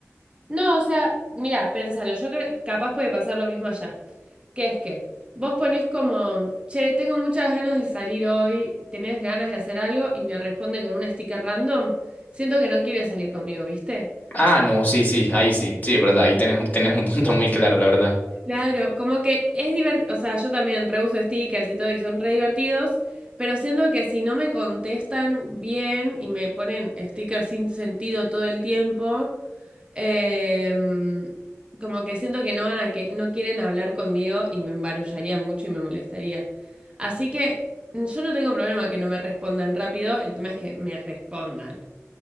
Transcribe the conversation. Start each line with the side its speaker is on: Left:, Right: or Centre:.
Right: No, o sea, mira, pensalo, yo creo, capaz puede pasar lo mismo allá. Que es que vos ponés como, che, tengo muchas ganas de salir hoy, tenés ganas de hacer algo y me responde con un sticker random, siento que no quiere salir conmigo, ¿viste?
Left: Ah, no, sí, sí, ahí sí, sí, es verdad, ahí tenés, tenés un punto muy claro, la verdad.
Right: Claro, como que es divertido, o sea, yo también reuso stickers y todo y son re divertidos, pero siento que si no me contestan bien y me ponen stickers sin sentido todo el tiempo, Em, como que siento que no van a que no quieren hablar conmigo y me embarullaría mucho y me molestaría. Así que mm, yo no tengo problema que no me respondan rápido, el tema es que me respondan.